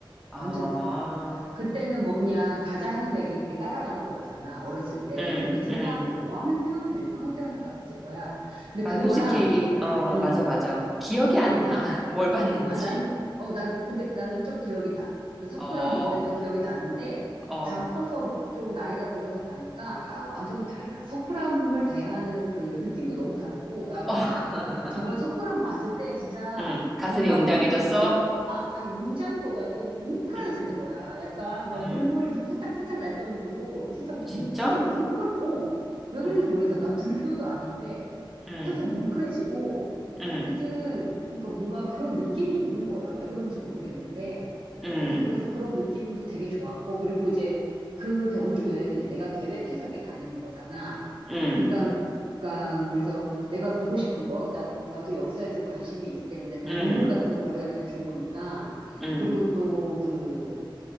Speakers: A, in the centre; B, on the right.
A: 아,
B: 완전 달라. 그때는 뭐 그냥 가자 하는데 이렇게 이렇게 따라가는 거였잖아. 어렸을 때.
A: 응
B: 그때 초등학교
A: 응.
B: 5학년 때였나 6학년 때였나 같았을 거야. 근데
A: 아,
B: 그거랑,
A: 솔직히, 어,
B: 음,
A: 맞아, 맞아. 기억이 안
B: 음.
A: 나. <laughs> 뭘 봤는지.
B: 음, 아, 난, 어, 나, 근데 나는 좀 기억이 나. 그석굴랑
A: 어, 어,
B: 보고 했던 기억이 나는데,
A: 어.
B: 다 커서 좀 나이가 들어서 가니까, 야, 완전 달라. 석굴람을 대하는 그 느낌도 너무 다르고, 나
A: <laughs>
B: 저번에 석굴람 봤을 때 진짜
A: 응, 가슴이
B: 뭔가
A: 웅장해졌어?
B: 뭉, 어, 아, 아니, 웅장보다도 뭉클해지는
A: 응,
B: 거야. 약간
A: 음,
B: 막 눈물 살짝, 살짝 날 정도로, 이렇게 살짝,
A: 진짜?
B: 뭉, 진짜 뭉클, 어. 왜
A: 음,
B: 그런지 모르겠어. 나 불교도 아닌데,
A: 음,
B: 살짝 뭉클해지고,
A: 음,
B: 하여튼, 그러니까 뭔가 그런 느낌이 있는 거야. 왜 그런지 모르겠는데.
A: 음,
B: 하여튼 그래서 그런 느낌도 되게 좋았고, 그리고 이제 그 경주 여행을 이제 내가 계획해서 이렇게 다니는 거잖아.
A: 음,
B: 그러니까, 그러니까 그래서 내가 보고 싶은 거, 나, 나도 역사에 좀 관심이 있기 때문에 그런
A: 음,
B: 유물 같은 거 보러 다니는 거 좋으니까.
A: 음,
B: 그리고 또 그,